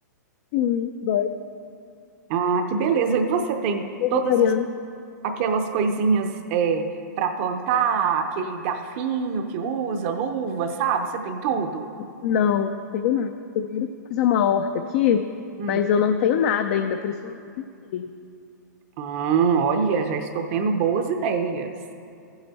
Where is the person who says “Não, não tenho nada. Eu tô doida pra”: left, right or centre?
Left